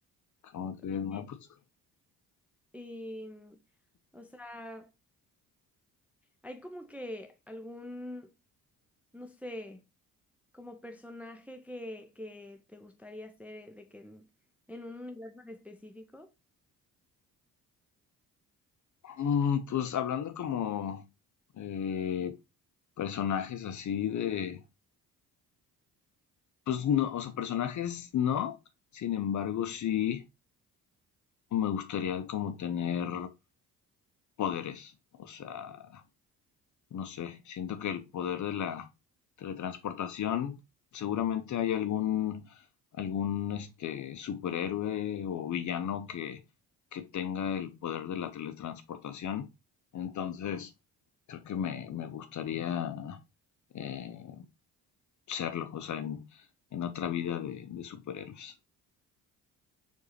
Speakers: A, on the left; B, in the centre.
A: ¿Cómo crees?
B: Oye,
A: No, pues,
B: Y, o sea, Hay como que algún, no sé, como personaje que, que te gustaría ser de que en, en un universo en específico.
A: mm, pues hablando como eh, personajes así de, pues no, o sea, personajes no, sin embargo sí me gustaría como tener poderes, o sea, No sé, siento que el poder de la teletransportación, seguramente hay algún, algún este, superhéroe o villano que, que tenga el poder de la teletransportación. Entonces, creo que me, me gustaría eh, serlo, o sea, en, en otra vida de, de superhéroes.